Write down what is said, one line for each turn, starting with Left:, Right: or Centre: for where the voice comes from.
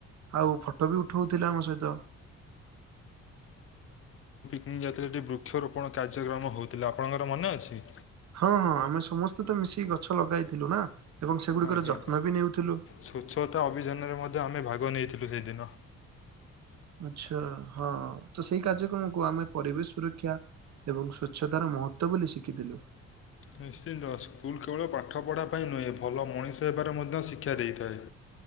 Right: ଆଉ ଫଟୋ ବି ଉଠଉଥିଲେ ଆମ ସହିତ।
Left: ମୁଁ ଯେତେବେଳେ ଏଟିି ବୃକ୍ଷରୋପଣ କାର୍ଯ୍ୟକ୍ରମ ହେଉଥିଲା ଆପଣଙ୍କର ମନେ ଅଛି।
Right: ହଁ ହଁ ଆମେ ସମସ୍ତେ ତ ମିଶିକି ଗଛ ଲଗାଇଥିଲୁ ନା। ଏବଂ ସେଗୁଡ଼ିକର
Left: ଆଜ୍ଞା
Right: ଯତ୍ନ ବି ନେଉଥିଲୁ
Left: ସ୍ୱଚ୍ଛତା ଅଭିଯାନରେ ମଧ୍ୟ ଆମେ ଭାଗ ନେଇ ଥିଲୁ ସେଇ ଦିନ।
Right: ଆଚ୍ଛା ହଁ ତ ସେଇ କାର୍ଯ୍ୟକ୍ରମକୁ ଆମେ ପରିବେଶ ସୁରକ୍ଷା। ଏବଂ ସ୍ବଚ୍ଛତାର ମହତ୍ଵ ବୋଲି ଶିଖିଥିଲୁ।
Left: ନିଶ୍ଚିନ୍ତ ସ୍କୁଲ କେବଳ ପାଠ ପଢ଼ା ପାଇଁ ନୁହେଁ ଭଲ ମଣିଷ ହେବାରେ ମଧ୍ୟ ଶିକ୍ଷା ଦେଇଥାଏ।